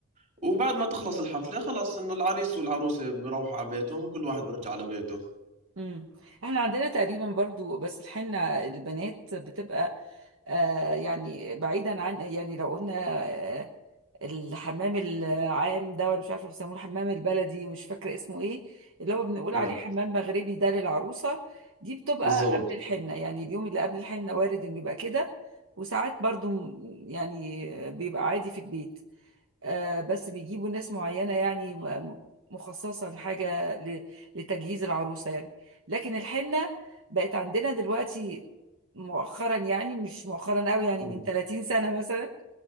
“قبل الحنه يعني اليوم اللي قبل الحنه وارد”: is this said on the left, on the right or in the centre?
Right